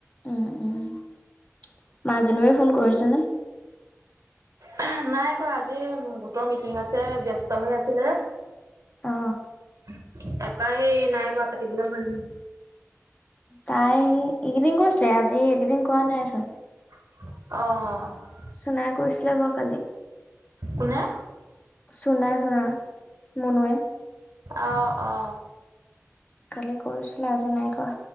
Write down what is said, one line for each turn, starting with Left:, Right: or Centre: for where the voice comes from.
Left: উম উ উচ চু তু মাজনিবাৱে ফোন কৰিছেনে?
Right: এহ্ হে হে নাই কোৱা আজি গোটৰ মিটিং আছে ব্যস্ত হৈ আছিলে।
Left: অ'।
Right: ঢি ঢি ঢি তাৰপৰা উমহ সেই নাই পৰা কাটিবলৈ হোৱা নে
Left: তাই সেই এইকেইদিন কৰিছিলে আজি এইকেইদিন কৰা নাইচোন।
Right: অ অ অ অ।
Left: চুনাই কৰিছিলে বাৰু কালি।
Right: কোনে
Left: বা বা চুনাই চুনা মুনোৱে।
Right: আহ অ অ।
Left: কালি কৰিছিলা আজি নাই কৰা।